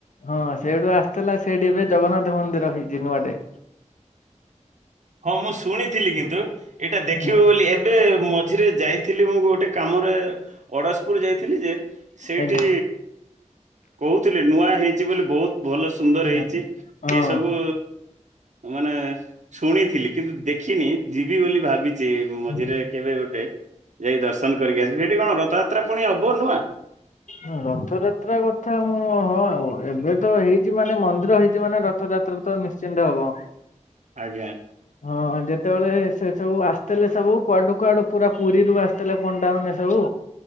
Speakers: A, on the left; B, on the right.
A: ହଁ ସେଇଠୁ ଆସିଥିଲା ସେଇଠି ଏବେ ଜଗନ୍ନାଥ ମନ୍ଦିର ହେଇଛି ନୂଆଟେ
B: ହଁ ମୁଁ ଶୁଣିଥିଲି କିନ୍ତୁ ଏଇଟା ଦେଖିବୁ
A: ହୁଁ,
B: ବୋଲି ଏ ବେ ମଝିରେ ଯାଇଥିଲି ମୁ ଗୋଟେ କାମରେ ଅଡ଼ଶପୁର ଯାଇଥିଲି ଯେ ସେଇଠି
A: ଆଜ୍ଞା
B: କହୁଥିଲେ ନୂଆ ହେଇଛି ବୋଲି ବହୁତ ଭଲ ସେ ସୁନ୍ଦର
A: ହଁ
B: ହେଇଛି
A: ହଁ।
B: ଏସବୁ ମାନେ ଶୁଣିଥିଲି କିନ୍ତୁ ଦେଖିନି ଯିବି ବୋଲି ଭାବିଛି ମଝିରେ
A: ହୁଁ।
B: କେବେ ଗୋଟେ ଯାଇ ଦର୍ଶନ କରିକି ଆସିବେ ସେଠି କଣ ରଥଯାତ୍ରା ପୁଣି ହବ ନୂଆଁ
A: ହ ରଥଯାତ୍ରା କଥା ମୁଁ ହଁ ଏବେ ତ ହେଇଛି ମାନେ ମନ୍ଦିର ହେଇଛି ମାନେ ରଥଯାତ୍ରା ତ ନି ଚିନ୍ତ ହବ
B: ଆଜ୍ଞା
A: ହଁ ଯେତେବେଳେ ସେ ସବୁ ଆସିଥିଲେ ସବୁ କୁଆଡୁ କୁଆଡୁ ପୁରା ପୁରୀରୁୁ ଆସି ଥିଲେ ପଣ୍ଡା ମାନେ ସବୁ